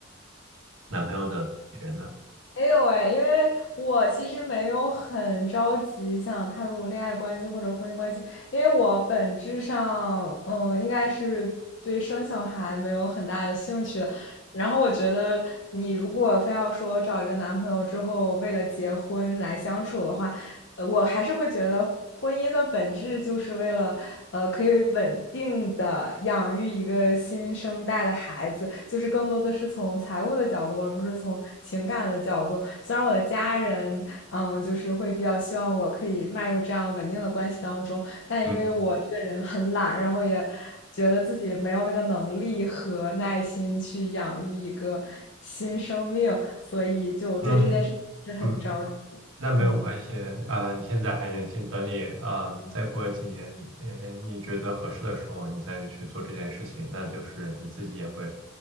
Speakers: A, on the right; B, on the left.
A: 男朋友的人呢？
B: 没有哎，因为我其实没有很着急想踏入恋爱关系或者婚姻关系，因为我本质上，嗯，应该是对生小孩没有很大的兴趣的。然后我觉得，你如果非要说找一个男朋友之后为了结婚来相处的话，呃，我还是会觉得婚姻的本质就是为了，呃，可以稳定的养育一个新生代的孩子，就是更多的是从财务的角度，而不是从情感的角度。虽然我的家人，嗯，就是会比较希望我可以迈入这样稳定的关系当中，但因为我这个人很懒，
A: 嗯，
B: 然后也觉得自己没有那个能力和耐心去养育一个新生命，所以就对这件事是很着急。
A: 那嗯，那没有关系，
B: 嗯。
A: 啊、你现在还年轻，等你，嗯，再过几年，你，呃你觉得合适的时候，你再去做这件事情，那就是你自己也会，